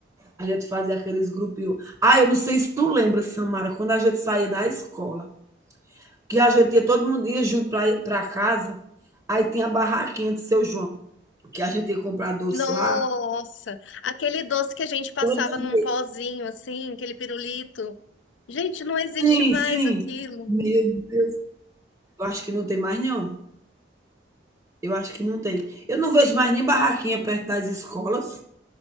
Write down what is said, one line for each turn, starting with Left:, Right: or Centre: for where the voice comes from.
Right: a gente fazia aqueles grupinhos. Ah, eu não sei se tu lembra, Samara, quando a gente saía da escola, que a gente ia, todo mundo ia junto para casa, aí tinha a barraquinha de Seu João, que a gente ia comprar doce
Left: Nossa,
Right: lá,
Left: aquele doce que a gente passava
Right: todo mundo
Left: num pozinho assim, aquele pirulito. Gente, não existe
Right: Sim,
Left: mais
Right: sim.
Left: aquilo.
Right: Meu Deus, eu acho que não tem mais não, eu acho que não tem. Eu não vejo mais nem barraquinha perto das escolas,